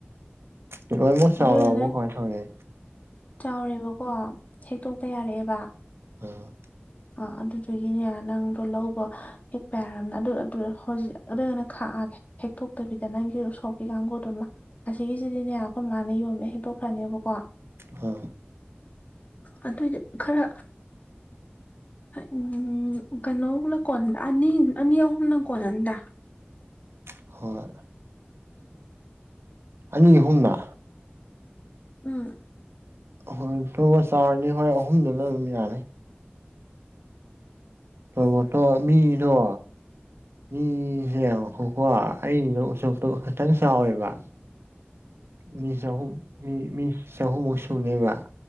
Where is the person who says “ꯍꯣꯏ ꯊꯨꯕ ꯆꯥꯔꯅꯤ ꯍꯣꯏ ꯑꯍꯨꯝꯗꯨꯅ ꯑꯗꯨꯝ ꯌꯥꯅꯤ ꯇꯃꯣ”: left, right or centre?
Right